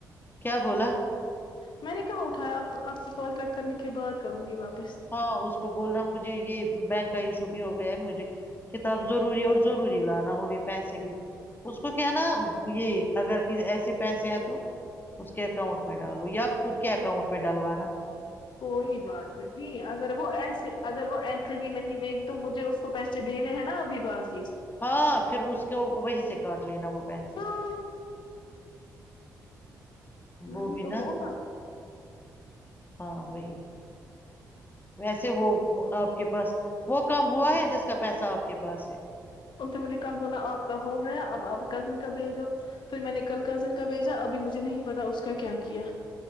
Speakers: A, on the left; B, on the left.
A: کیا بولا
B: میں نے کہاں اٹھایا اب آپ کی کال کٹ کرنے کے بعد کروں گی واپ
A: ہاں اس کو بولنا مجھے یہ بینک کا ایشو بھی ہو گیا ہے مجھے کتاب ضروری اور ضروری لانا اور یہ پیسے بھی اس کو کیا ہے نا یہ اگر ایسے پیسے ہیں تو اس کے اکاؤنٹ میں ڈالو یا خود کے اکاؤنٹ میں ڈالوانا
B: کوئی بات نہیں اگر وہ ایسے اگر وہ ایسے بھی نہیں دے گی تو مجھے اس کو پیسے دینے ہیں نا ابھی بس
A: ہاں پھر اس کو وہی سے کاٹ لینا وہ پیسے
B: ہاں نہیں
A: وہ بھی
B: تو
A: نا
B: ہو سک
A: ہاں وہی ویسے وہ آپ کے پاس وہ کام ہوا ہے جس کا پیسہ آپ کے پاس ہے
B: اس نے مجھے کل بولا آپ کا ہو گیا اب آپ کزن کا بھیجو پھر میں نے کل کزن کا بھیجا ابھی مجھے نہیں پتا اس کا کیا کیا